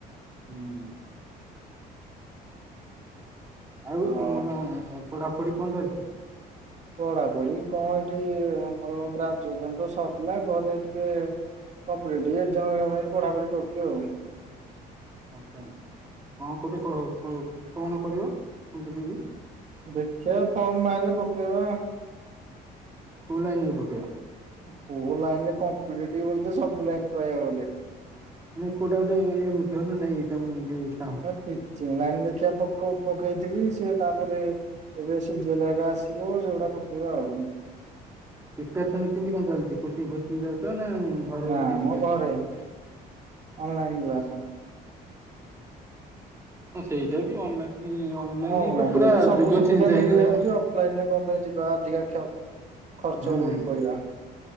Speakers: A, on the right; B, on the right.
A: ହୁଁ ହୁଁ। ଆଉ
B: ଅ
A: ତମର ପଢାପଢ଼ି କଣ ଚାଲିଛି?
B: ପଢା ପଢିି କଣ ଏଠି ଆମର ଗ୍ରାଜୁଏସନ୍ ତ ସରିଲା ଘରେ ଟିକେ କମ୍ପିଟେଟିଭି ଏକ୍ଜାମ ପାଇଁ ପଢାପଢି କରୁଛି ଆଉ।
A: ଆଚ୍ଛା ଆଚ୍ଛା କଣ କେଉଁଟି କଣ କରିବ କମ୍ପି ଟିଭି?
B: ଦେଖିଆ ଫମ ବାହାରିଲେ ପକେଇବା।
A: କୋଉ ଲାଇନ ରେ ପକେଇବ।
B: କୋଉ ଲାଇନରେ କମ୍ପିଟେଟିବ ବଲି ତ ସବୁ ଲାଇନ କହିବାକୁ ଗଲେ।
A: ନାଇଁ କୋଉଟା ଗୋଟେ ଧ୍ୟାନ ନାଇଁ ଏଇଟା ମୁଁ ଏମତି ଚାହୁଁଚି।
B: ଟିଚର ଲାଇନ୍ ଦେଖିଆ ପକ ପକେଇଥିଲି ସେ ତାପରେ ଏବେ ସିଝେ ଲା ଆସିବ ସେଗୁଡା ପକେଇବା ଆଉ
A: ପ୍ରିପର୍ସନ କେମିତି କଣ ଚାଲିଛି କୋଚି ଫୋଚିଂ ଯାଉଛ ନା ଘରେ
B: ନା
A: ବସିକି
B: ମ
A: ପ୍ରେପାରେସଅନ।
B: ଘରେ ଅନଲାଇନ କ୍ଲାସ।
A: ହଁ ସେଇଟା ବି ଅନଲାଇନ୍ ଅନଲାଇନ
B: ଅନଲାଇନରେ
A: ଏବେ ପୁରା
B: ତ ସବୁ
A: ଯୁଗ
B: ସୁବିଧା
A: ଚେଞ୍ଜ
B: ମିଳିଯାଉଛି
A: ହେଇଗଲା।
B: ଅଫଲାଇନ ରେ କମ ପାଇଁ ଯିବା ଅଧିକା କ୍ଷ ଖର୍ଚ୍ଚରେ
A: ହଁ ହଁ।
B: ବି ପଡିବା